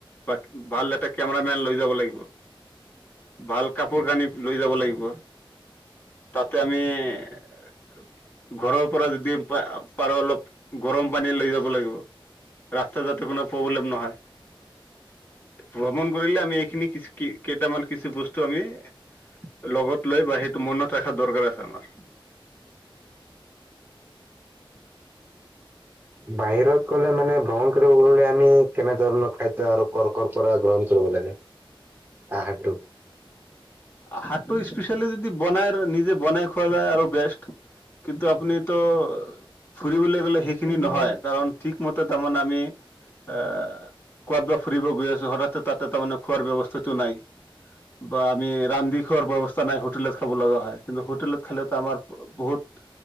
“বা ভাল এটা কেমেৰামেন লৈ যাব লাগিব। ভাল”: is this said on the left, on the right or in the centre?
Left